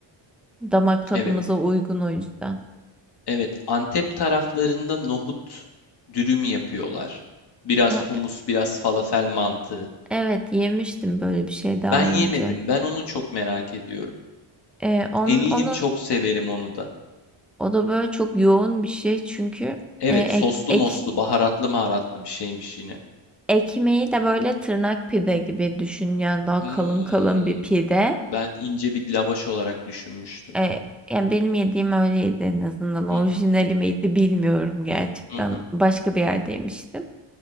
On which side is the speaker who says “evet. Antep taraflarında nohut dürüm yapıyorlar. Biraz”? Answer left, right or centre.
Left